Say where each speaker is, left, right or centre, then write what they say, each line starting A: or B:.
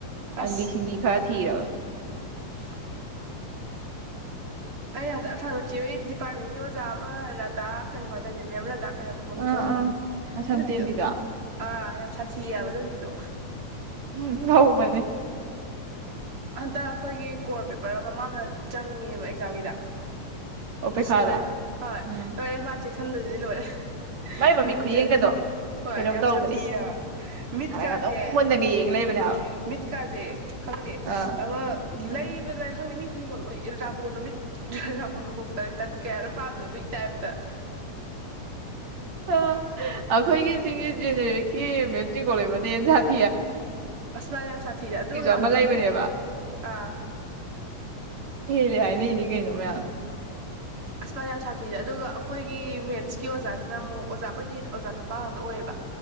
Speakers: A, on the right; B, on the right.
A: ꯑꯁ
B: ꯄꯟꯕꯤ ꯁꯤꯡꯕꯤ ꯈꯔ ꯊꯤꯔꯒ
A: <inaudible> ꯑꯩ ꯍꯟꯗ ꯌꯥꯝ ꯁꯥꯎꯅꯤꯡꯕ ꯆꯦꯍꯣꯏ ꯗꯤꯄꯥꯔꯠꯃꯦꯟꯒꯤ ꯑꯣꯖꯥ ꯑꯃ ꯔꯥꯙꯥ ꯀꯩꯅꯣꯝ ꯍꯥꯏꯗꯥꯏꯅꯦ ꯃꯦꯝ ꯔꯥꯙꯥ ꯀꯩ ꯃꯃꯤꯡ
B: ꯑꯥ
A: ꯀꯥꯎꯊꯣꯛꯈ꯭ꯔꯦ
B: ꯑꯥ ꯃꯁꯝ
A: ꯑꯗꯨ ꯅꯨꯃꯤꯠꯇꯨ
B: ꯇꯦꯟꯕꯤꯗꯣ
A: ꯑꯥ ꯌꯥꯝ ꯁꯥꯊꯤꯌꯥꯕ ꯑꯗꯨ ꯅꯨꯄꯤꯗꯣ
B: ꯎꯝ ꯉꯧꯕꯅꯦ
A: ꯍꯟꯗꯛ ꯑꯩꯈꯣꯏꯒꯤ ꯀꯣꯔ ꯄꯦꯄꯔ ꯑꯃ ꯃꯥꯅ ꯆꯪꯉꯦꯕ ꯑꯦꯛꯖꯥꯝꯒꯤꯗ
B: ꯑꯣ ꯄꯩꯈꯥꯗ
A: ꯑꯁ ꯂꯣꯏꯔꯦ ꯍꯣꯏ
B: ꯎꯝ
A: ꯂꯣꯏꯔꯦ ꯃꯥ ꯆꯦꯛꯁꯟꯕꯗꯨꯗꯤ ꯂꯣꯏꯔꯦ
B: ꯃꯥꯏ ꯃꯃꯤꯠ
A: <inaudible>
B: ꯈꯨꯌꯦꯡꯒꯗꯣ
A: ꯍꯣꯏ
B: ꯀꯩꯅꯣꯝ
A: ꯌꯥꯝ
B: ꯇꯧꯕꯅꯦ
A: ꯁꯥꯊꯤ ꯍꯥꯏꯕ ꯃꯤꯠꯀꯥꯁꯦ
B: ꯍꯥꯟꯅꯒ ꯑꯗꯨꯝ ꯃꯨꯟꯅꯒ ꯌꯦꯡ ꯂꯩꯕꯅꯦ
A: ꯈꯪꯗꯦ
B: ꯍꯥꯏꯕ
A: ꯃꯤꯠꯀꯥꯁꯦ ꯈꯪꯗꯦ
B: ꯑꯥ
A: ꯑꯃ ꯂꯩꯕꯗꯣ ꯑꯩ ꯈꯪꯗꯦ ꯃꯤ ꯈꯨꯗꯤꯡꯃꯛ ꯂꯣꯏ ꯑꯦꯜ ꯔꯥꯕꯣꯟ ꯃꯃꯤꯠ ꯔꯥꯕꯣꯟ ꯃꯀꯣꯛ ꯇꯔꯦꯠ ꯇꯠ ꯀꯌꯥꯅꯣꯝ ꯄꯥꯟꯕꯗꯣ ꯑꯗꯨꯒꯤ ꯇꯥꯏꯞꯇ
B: ꯑꯁ ꯑꯩꯈꯣꯏꯒꯤ ꯁꯤꯒꯤ ꯖꯦꯅꯦꯔꯦꯠꯀꯤ ꯃꯦꯝ ꯆꯤꯡꯒꯣꯡꯂꯩꯃꯗꯩ ꯍꯦꯟ ꯁꯥꯠ
A: ꯎꯝ ꯑꯁꯨꯃꯥꯏꯅ ꯌꯥꯝ ꯁꯥꯊꯤꯒ ꯑꯗꯨꯒ
B: ꯑꯃ ꯂꯩꯕꯅꯦꯕ
A: ꯑꯥ
B: ꯍꯥꯏꯔꯛꯏꯅꯤ ꯀꯩꯅꯣ ꯃꯌꯥꯝ
A: ꯑꯁꯃꯥꯏꯅ ꯌꯥꯝ ꯁꯥꯊꯤꯔꯦ ꯑꯗꯨꯒ ꯑꯩꯈꯣꯏꯒꯤ ꯃꯦꯠꯁꯀꯤ ꯑꯣꯖꯥꯁꯤꯅ ꯑꯃꯨꯛ ꯑꯣꯖꯥ ꯑꯩꯈꯣꯏꯗꯤ ꯑꯣꯖꯥ ꯅꯨꯄꯥ ꯉꯥꯛꯇ ꯑꯣꯏꯌꯦꯕ